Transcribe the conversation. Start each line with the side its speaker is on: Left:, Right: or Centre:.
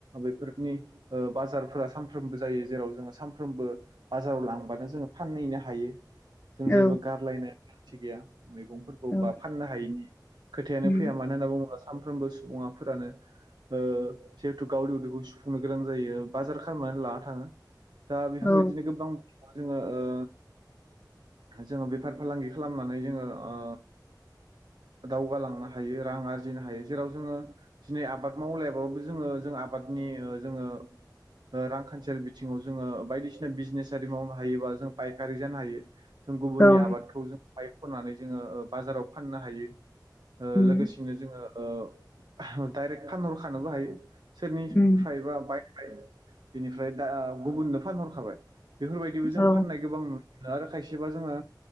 Right: बेफोरनि ओ बाजारफोरा सानफ्रोमबो जायो जेराव जोङो सानफ्रोमबो बाजाराव लांबानो जोङो फानहैनो हायो। जों
Left: औ
Right: जेबो गारलायनो गोनांथि गैया। मैगंफोरखौ
Left: औ
Right: बा फाननो हायिनि खोथायानो
Left: उम
Right: फैया मानो होनना बुङोब्ला सानफ्रोमबो सुबुङाफोरानो ओ जिहेथु गावनि उदैखौ सुफुंनो गोरों जायो बाजार खालामनानै लाना थाङो दा बेफोरबायदिनो
Left: औ
Right: गोबां जोङो ओ जोङो बेफार फालांगि खालामनानै जोङो ओ दावगालांनो हायो रां आर जिनो हायो जेराव जोङो दिनै आबाद मावलायाबाबो जोङो जों आबादनि ओ जोङो ओ रांखान्थियारि बिथिङाव जोङो बायदिसिना बिजनेस आरि मावनो हायोबा जों फायखारि जानो हायो। जों गुबुननि
Left: औ
Right: आबादखौ जों बायख'नानै जोङो ओ बाजाराव फाननो हायो।
Left: उम
Right: ओ लोगोसेनो जोङो ओ डाइरेक्ट फानहरखानोबो हायो सोरनि
Left: उम
Right: बायबाय बिनिफ्राय दा गुबुननो फानहरखाबाय। बेफोरबायदिबो जों
Left: औ
Right: फाननाय गोबां नुनो मोनो आरो खायसेबा जोङो